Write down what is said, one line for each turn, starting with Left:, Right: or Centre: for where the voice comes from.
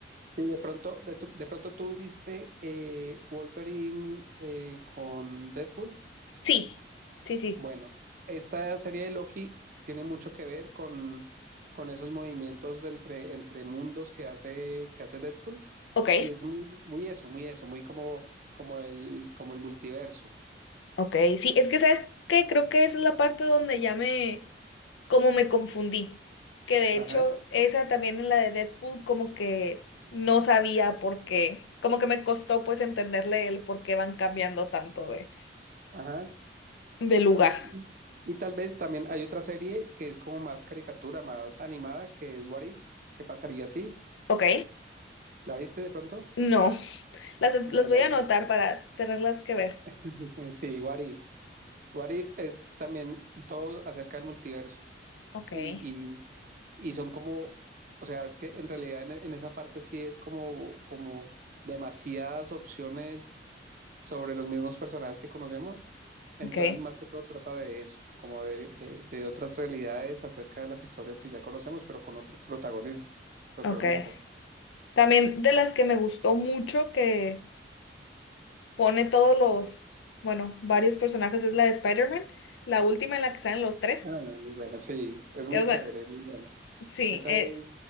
Right: Sí, de pronto, de, tu- de pronto tú viste eh, Wolverine eh, con Deadpool.
Left: Sí, sí, sí.
Right: Bueno, esta serie de Loki tiene mucho que ver con, con esos movimientos de entre, entre mundos que hace, que hace Deadpool.
Left: Ok,
Right: Y es muy, muy eso, muy eso, muy como, como el, como el multiverso.
Left: ok. Sí, es que sabes que creo que esa es la parte donde ya me, como me confundí. Que de
Right: Ajá,
Left: hecho, esa también en la de Deadpool, como que no sabía por qué. Como que me costó pues entenderle el por qué van cambiando tanto de,
Right: ajá.
Left: de lugar.
Right: Sí, y y tal vez también hay otra serie que es como más caricatura, más animada, que es What If. ¿Qué pasaría si?
Left: Ok.
Right: ¿La viste de pronto?
Left: No. Las, es-
Right: Bueno,
Left: las voy a anotar para tenerlas que ver.
Right: <laughs> sí, What If. What If es también todo acerca del multiverso
Left: Ok.
Right: y, y, y son como, o sea, es que en realidad en, en esa parte sí es como, como demasiadas opciones sobre los mismos personajes que conocemos Entonces,
Left: Ok.
Right: más que todo trata de eso, como de, de- de otras realidades acerca de las historias que ya conocemos, pero con otros protagonis- protagonistas.
Left: Ok. También de las que me gustó mucho que pone todos los, bueno, varios personajes es la de Spider-Man, la última en la que salen los tres.
Right: Ah, muy buena, sí, es muy
Left: O sea,
Right: chévere, muy buena.
Left: sí,
Right: Esa
Left: eh,
Right: es